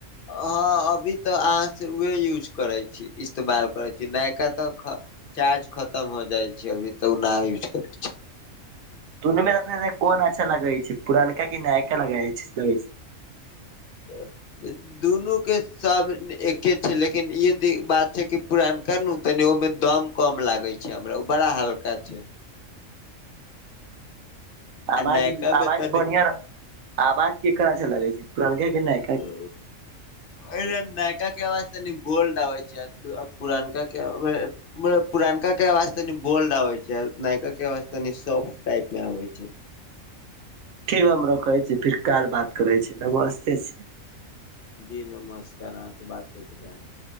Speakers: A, on the left (about 55°); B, on the right (about 80°).
A: हँ अभी तऽ अहाँ सँ उहे यूज करैत छी, इस्तेमाल करैत छी, नयका तऽ- चार्ज खतम भ जाय छै अभी तक नै यूज करलहु।
B: दुनू मे रखने कोन अच्छा लगै छै, पुरानका कि नयका लगै छै।
A: <unintelligible> दुनूके सब एके छै, लेकिन ई बात छै कि पुरानका ने ओ तनि ओहिमे दम, कम लागै छै हमरा ओ बड़ा हल्का छै। आ
B: आवाज
A: नयका
B: - आवाज
A: मे तनि
B: बढ़िया आवाज केकर अचछा लगै छै पुरनके कि नइ।
A: ओ अइले नयका के आवाज तनि बोल्ड आबै छै, पुरनका के- पुरनका के आवाज तनि बोल्ड आबै छै, नयका के आवाज सॉफ्ट टाइप मे आबै छै।
B: <unintelligible> रखै छी, फिर काल बात करै छी, नमस्ते छी।
A: जी नमस्कार अहाँ से बात करके। <unintelligible>